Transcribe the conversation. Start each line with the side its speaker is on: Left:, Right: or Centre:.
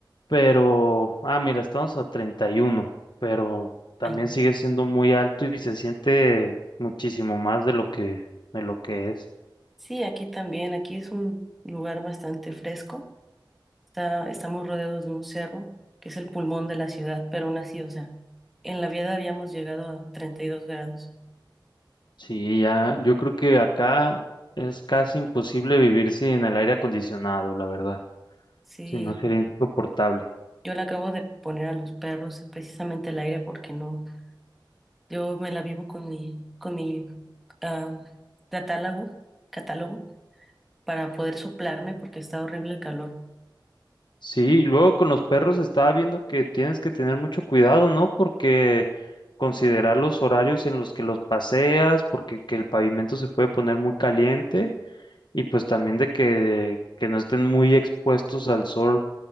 Left: pero... Ah, mira, estamos a 31, pero también
Centre: Ay, no.
Left: sigue siendo muy alto y se siente muchísimo más de lo que, de lo que es.
Centre: sí, aquí también, aquí es un lugar bastante fresco. Está, estamos rodeados de un cerro, que es el pulmón de la ciudad, pero aún así, o sea, en la vida habíamos llegado a 32 grados.
Left: Sí, ya, yo creo que acá es casi imposible vivir sin el aire acondicionado, la verdad.
Centre: Sí.
Left: Si no sería insoportable.
Centre: Yo le acabo de poner a los perros precisamente el aire porque no. Yo me la vivo con mi, con mi ah, catálogo, catálogo para poder soplarme porque está horrible el calor.
Left: Sí, y luego con los perros estaba viendo que tienes que tener mucho cuidado, ¿no? Porque considerar los horarios en los que los paseas, porque que el pavimento se puede poner muy caliente y pues también de que, que no estén muy expuestos al sol,